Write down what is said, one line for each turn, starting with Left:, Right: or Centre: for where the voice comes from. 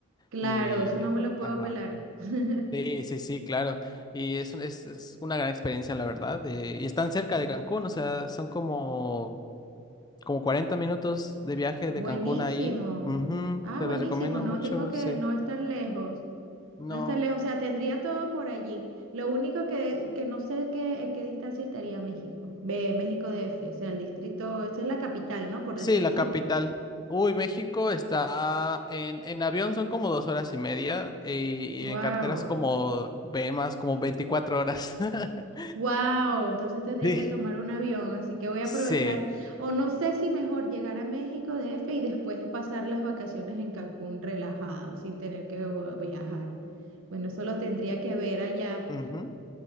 Right: claro,
Left: Y,
Right: eso no me lo puedo
Left: ajá.
Right: pelar. <laughs>
Left: Sí, sí, sí, claro. Y es, es, es una gran experiencia, la verdad. eh, y están cerca de Cancún, o sea, son como, como 40 minutos de viaje
Right: Buenísimo.
Left: de Cancún ahí. Ujú,
Right: Ah,
Left: te
Right: buenísimo.
Left: las recomiendo
Right: No
Left: mucho,
Right: tengo que,
Left: sí.
Right: no es tan lejos.
Left: No.
Right: No es tan lejos. O sea, tendría todo por allí. Lo único que, que no sé qué, en qué distancia estaría México. Ve, México D F. O sea, el distrito, esa es la capital, ¿no? Por
Left: Sí,
Right: así decirlo.
Left: la capital. Uy, México está en, en avión son como dos horas y media y, y
Right: Wow.
Left: en carreteras como ve más como 24 horas. <laughs>
Right: Wow, entonces tendría
Left: Sí.
Right: que tomar un avión, así que voy a
Left: Sí.
Right: aprovechar, o no sé si mejor llegar a México D F y después pasar las vacaciones en Cancún relajado, sin tener que vo- viajar. Bueno, eso lo tendría que ver allá.
Left: ujú,